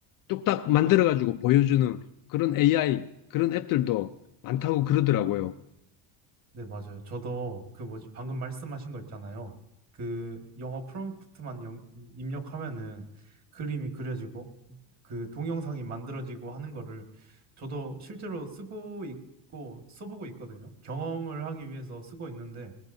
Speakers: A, on the left (about 50°); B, on the right (about 40°).
A: 뚝딱 만들어가지고 보여주는 그런 AI, 그런 앱들도 많다고 그러더라고요.
B: 네, 맞아요. 저도 그 뭐지, 방금 말씀하신 거 있잖아요. 그 영어 프롬프트만 영- 입력하면은 그림이 그려지고 그 동영상이 만들어지고 하는 거를 저도 실제로 쓰고 있고 써보고 있거든요. 경험을 하기 위해서 쓰고 있는데,